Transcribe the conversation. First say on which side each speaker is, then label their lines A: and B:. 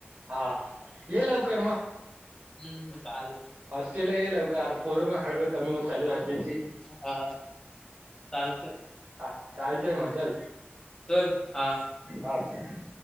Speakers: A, on the right; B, on the left.
A: हा ये लवकर
B: हम्म काल
A: हॉस्टेल ला गेल्यावर काय आता पोर म हाळू हळू कमी होत आली हॉस्टेलची
B: हा चालत
A: चा चालतय म चल
B: चल हा
A: हा चल